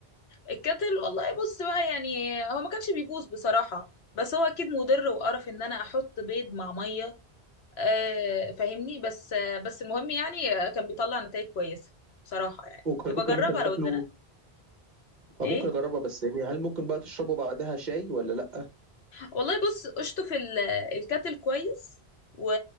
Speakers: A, on the left; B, on the right.
A: الكتل والله بص بقى يعني هو ما كانش بيبوظ بصراحة بس هو اكيد مضر وقرف ان انا احط بيض مع ميه آه فاهمني بس آه بس المهم يعني آه، كان بيطلع نتائج كويسة بصراحة يعني
B: وكان
A: يبقى
B: ممكن
A: جربها
B: مثلا تاكله
A: لو اتزنقت
B: أو
A: ايه
B: ممكن اجربها بس يعني هل ممكن بقى تشربه بعدها شاي ولا لا
A: والله بص اشطف ال- الكاتل كويس و...